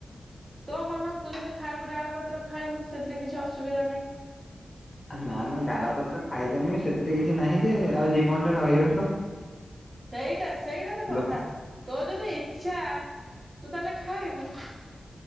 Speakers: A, on the right; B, on the left.
A: ତୋ ମନ ତୁ ଯଦି ଖାଇବୁ ଡାଳ ପତ୍ର ଖାଇବୁ ସେଥିରେ କିଛି ଅସୁବିଧା ନାହିଁ।
B: ନା ନା ଡାଳ ପତ୍ର ଖାଇଦେନ ବି ସେଥିରେ କିଛି ନାହିଁ ଯେ ଆଉ ଜୀବନଟା ରହିବ ତ।
A: ସେଇଟା ସେଇଟା ତ କଥା
B: ଲୋ
A: ତୋ ଯଦି ଇଛା ତୁ ତାହେଲେ ଖାଇବୁ।